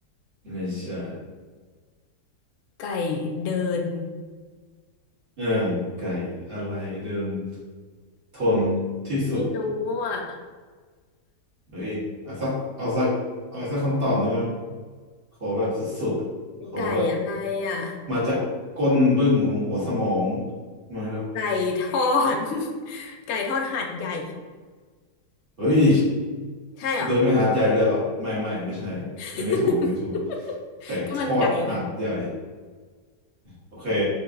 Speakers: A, on the right (about 35°); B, on the left (about 75°).
A: ไม่ใช่
B: ไก่เดิน
A: เออไก่อะไรเดินทนที่สุด
B: ไม่ไม่รู้อ่ะ
A: เฮ้ยเอาสักเอาสักเอาสักคำตอบหนึ่งนะขอแบบสุดๆ ขอแบบ
B: ไก่อะไรอ่ะ
A: มาจากก้นบึ้งของหัวสมองมาแล้ว
B: ไก่ทอด <laughs> ไก่ทอดหาดใหญ่
A: เฮ้ย
B: ใช่เหรอ
A: เดินไปหาดใหญ่เลยเหรอ ไม่ไม่ไม่ใช่
B: <laughs>
A: ยังไม่ถูกยังไม่ถูกไก่ทอดหาดใหญ่
B: ก็มันไก่ไง
A: โอเค